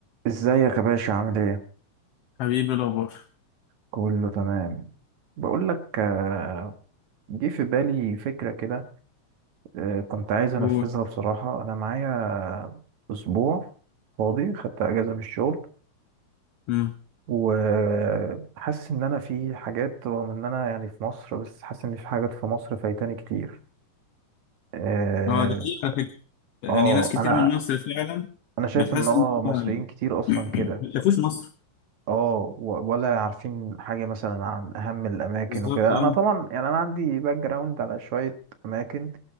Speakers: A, on the right; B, on the left.
A: ازيك يا باشا عامل ايه
B: حبيبي الأخبار
A: كله تمام بقول لك آه، جه في بالي فكرة كده آه، كنت عايز انفذها
B: قول
A: بصراحة انا معايا اسبوع فاضي خدت اجازة من الشغل
B: مم.
A: وحاسس ان انا في حاجات رغم ان انا يعني في مصر بس حاسس ان في حاجات في مصر فايتاني كتير اه
B: اه ده حقيقي على فكرة يعني
A: آه،
B: ناس كتير
A: انا
B: من مصر فعلا
A: انا شايف
B: بتحس
A: ان اه
B: إن
A: مصريين
B: هو
A: كتير اصلا
B: <clears throat>
A: كده
B: ما شافوش مصر
A: اه و- ولا عارفين حاجة مثلا عن أهم الأماكن
B: بالظبط
A: وكده
B: اه
A: أنا طبعا يعني أنا عندي باك جراوند على شوية أماكن